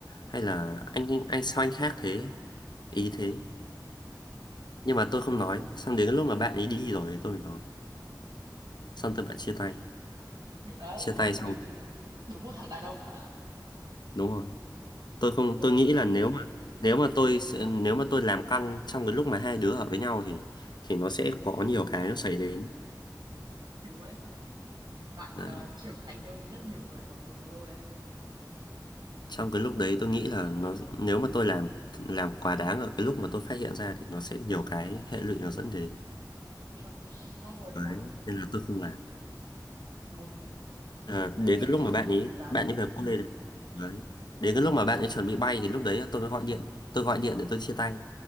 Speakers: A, on the left (about 70°); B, on the right (about 70°).
A: hay là anh anh sao anh khác thế ý thế nhưng mà tôi không nói xong đến cái lúc mà bạn ấy đi rồi thì tôi mới nói xong tôi bạn chia tay
B: Được đấy,
A: chia
B: hành
A: tay xong
B: xử. Đúng một thằng đàn ông bạn ạ.
A: đúng rồi tôi không
B: Tôi
A: tôi nghĩ là nếu mà nếu mà tôi sẽ- nếu mà tôi làm căng trong cái lúc mà hai đứa ở với nhau thì thì nó sẽ có nhiều cái nó xảy đến
B: đúng ấy. Bạn
A: đấy
B: ờ, trưởng thành hơn rất nhiều người ở tuổi của tôi ấy.
A: Trong cái lúc đấy tôi nghĩ là nó nếu mà tôi làm làm quá đáng ở cái lúc mà tôi phát hiện ra thì nó sẽ nhiều cái hệ lụy nó dẫn đến.
B: Chuẩn, chính xác luôn đấy
A: Đấy,
B: bạn ạ.
A: nên là tôi không làm.
B: Một
A: À,
B: lựa
A: đến cái lúc
B: chọn
A: mà bạn ấy
B: đúng đắn.
A: bạn ấy về quê đấy. Đấy. Đến cái lúc mà bạn ấy chuẩn bị bay thì lúc đấy tôi mới gọi điện, tôi gọi điện để tôi chia tay.